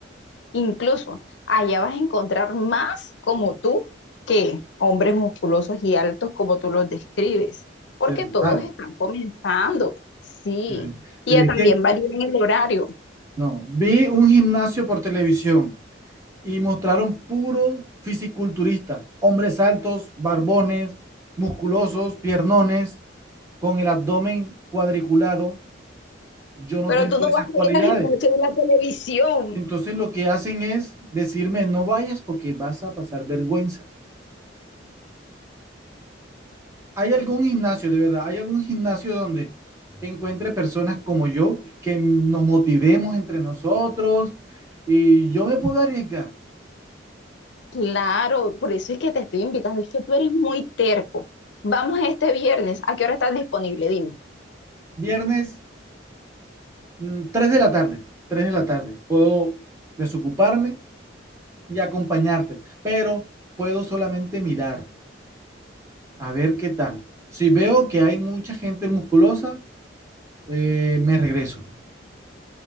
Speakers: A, on the left (about 65°); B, on the right (about 15°).
A: Incluso allá vas a encontrar más como tú que hombres musculosos y altos como tú los describes, porque
B: de verdad.
A: todos están comenzando, sí.
B: de ver-
A: Y
B: Pero
A: ya
B: es
A: también
B: que,
A: varía en el horario,
B: no, vi un gimnasio por televisión y mostraron puros fisiculturistas, hombres altos, barbones, musculosos, piernones, con el abdomen cuadriculado. Yo no
A: pero
B: tengo
A: tú no
B: esas
A: vas a
B: cualidades.
A: ir al gimnasio de la televisión.
B: Entonces lo que hacen es decirme, no vayas porque vas a pasar vergüenza. ¿Hay algún gimnasio, de verdad? ¿Hay algún gimnasio donde encuentre personas como yo que nos motivemos entre nosotros? Y yo me puedo arriesgar.
A: Claro, por eso es que te estoy invitando, es que tú eres muy terco. Vamos este viernes, ¿a qué hora estás disponible? Dime.
B: Viernes, mm, 3 de la tarde, 3 de la tarde. Puedo desocuparme y acompañarte, pero puedo solamente mirar a ver qué tal. Si veo que hay mucha gente musculosa, eh, me regreso.